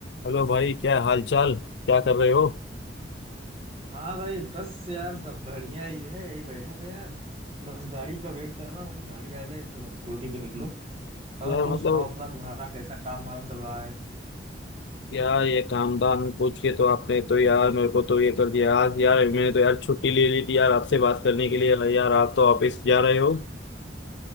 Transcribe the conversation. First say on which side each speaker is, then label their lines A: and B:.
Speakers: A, on the left; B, on the right.
A: Hello भाई क्या हाल चाल क्या कर रहे हो
B: हाँ भाई बस यार सब बढ़िया ही है यही बैठा था यार बस गाड़ी का वेट कर रहा हूँ गाड़ी आ जाए तो बस ड्यूटी पे निकलूं और
A: यार
B: तुम
A: मतलब
B: सुनाओ अपना तुम्हारा कैसा काम धाम चल रहा है
A: यार ये काम धाम पूछ के तो आपने तो यार मेरे को तो ये कर दिया आज यार मैंने तो यार छुट्टी ले ली थी यार आपसे बात करने के लिए यार आप तो ऑफिस जा रहे हो